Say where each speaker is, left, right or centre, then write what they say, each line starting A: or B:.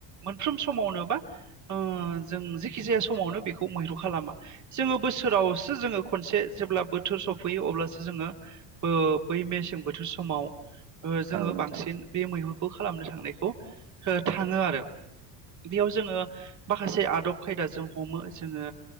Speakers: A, on the right; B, on the right.
A: मोनफ्रोम समावनो बा ओ जों जेखि जाया समावनो बेखौ मैहरु खालामा जोङो बोसोरावसो जोङो खनसे जेब्ला बोथोर सफैयो अब्लासो जोङो बो बै मेसें बोथोर समाव ओ जोङो
B: औ नोंथां
A: बां बे मैहुरखौ खालामनो थांनायखौ
B: औ
A: थाङो आरो बेयाव जोङो माखासे आदब खायदाजों हमो जोङो